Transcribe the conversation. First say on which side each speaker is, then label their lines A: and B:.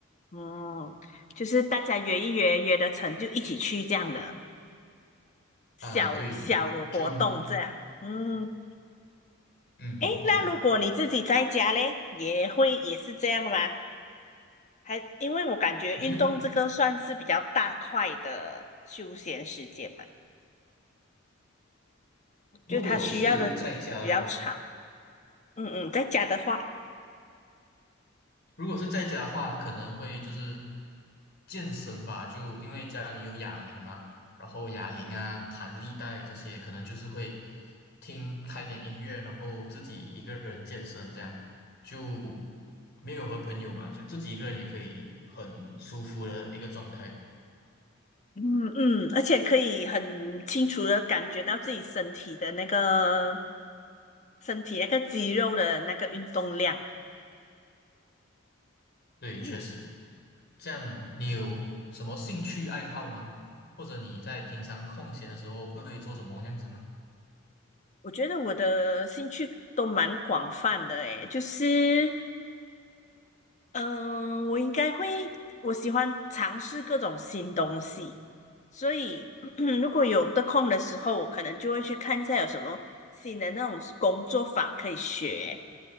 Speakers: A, on the left; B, on the left.
A: 嗯，就是大家约一约，约得成就一起去这样的小小活动这样。
B: 啊，对，就
A: 嗯，
B: 嗯，
A: 诶，
B: 对，
A: 那如果你自己在家嘞，也会也是这样吗？还因为我感觉运动这个算是比较大块的休闲时间嘛，
B: 没有。如果是在家的话，
A: 就它需要的比较长。嗯嗯，在家的话，
B: 如果是在家的话，可能会就是健身吧，就因为家里有哑铃嘛，然后哑铃啊、弹力带这些，可能就是会听开点音乐，然后自己一个人健身，这样就没有和朋友嘛，就自己一个人也可以很舒服的一个状态。
A: 嗯嗯，而且可以很清楚的感觉到自己身体的那个身体那个肌肉的那个运动量。
B: 对，
A: 嗯，
B: 确实，这样你有什么兴趣爱好吗？或者你在平常空闲的时候会做什么这样子吗？
A: 我觉得我的兴趣都蛮广泛的诶，就是嗯、呃我应该会我喜欢尝试各种新东西。所以 <clears throat> 如果有得空的时候，我可能就会去看一下有什么新的那种工作法可以学。